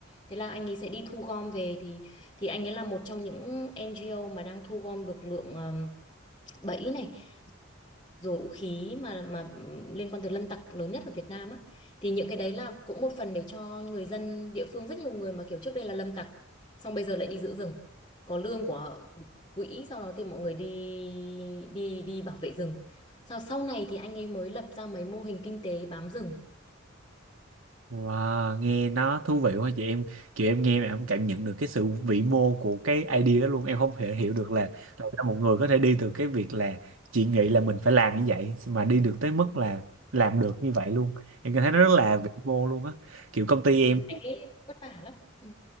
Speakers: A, on the left (about 20°); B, on the right (about 75°).
A: thế là anh ấy sẽ đi thu gom về thì thì anh ấy là một trong những NGO mà đang thu gom được lượng ờ, bẫy này rồi vũ khí mà mà liên quan tới lâm tặc lớn nhất ở Việt Nam á thì những cái đấy là cũng một phần để cho người dân địa phương rất nhiều người mà kiểu trước đây là lâm tặc xong bây giờ lại đi giữ rừng có lương của quỹ sau đó thì mọi người đi đi đi bảo vệ rừng sau sau này thì anh ấy mới lập ra mấy mô hình kinh tế bám rừng
B: Wow, nghe nó thú vị quá chị em kiểu em nghe mà em cảm nhận được cái sự vĩ mô của cái idea đó luôn em không thể hiểu được là làm sao một người có thể đi từ cái việc là chị nghĩ là mình phải làm như vậy mà đi được tới mức là làm được như vậy luôn em cảm thấy nó rất là
A: ừ.
B: vĩ mô luôn á kiểu công ty
A: Ừ.
B: em
A: anh ấy vất vả lắm ừ.